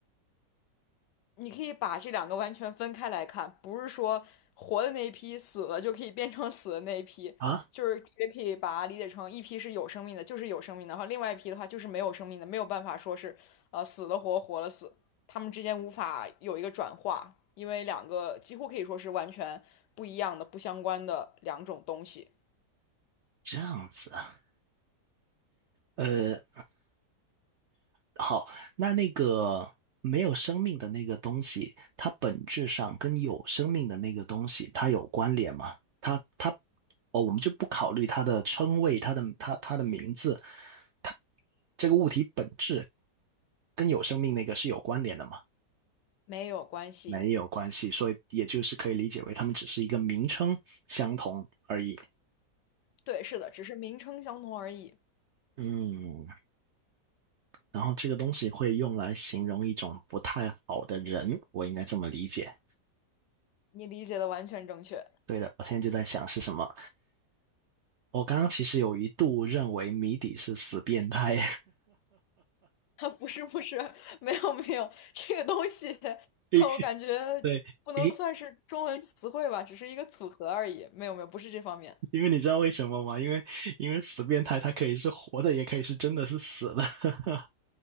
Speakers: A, on the left; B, on the right.
A: 你可以把这两个完全分开来看，不是说活的那一批死了就可以变成死的那一批，
B: 啊？
A: 就是直接可以把它理解成一批是有生命的，就是有生命的，然后另外一批的话就是没有生命的，没有办法说是呃死了活，活了死，他们之间无法有一个转化，因为两个几乎可以说是完全不一样的、不相关的两种东西，
B: 这样子啊，呃，好，那那个没有生命的那个东西，它本质上跟有生命的那个东西，它有关联吗？它它哦，我们就不考虑它的称谓，它的它它的名字，它这个物体本质跟有生命那个是有关联的吗？
A: 没有关系。
B: 没有关系，所以也就是可以理解为它们只是一个名称相同而已。
A: 对，是的，只是名称相同而已。
B: 嗯，然后这个东西会用来形容一种不太好的人，我应该这么理解。
A: 你理解的完全正确。
B: 对的，我现在就在想是什么。我刚刚其实有一度认为谜底是死变态，
A: <laughs> 不是不是，没有没有，这个东西 <laughs>
B: <laughs> 诶
A: 我感觉不能算是中文词汇吧，
B: 对，诶，
A: 只是一个组合而已。没有没有，不是这方面。
B: 因为你知道为什么吗？因为因为死变态它可以是活的，也可以是真的是死的。<laughs>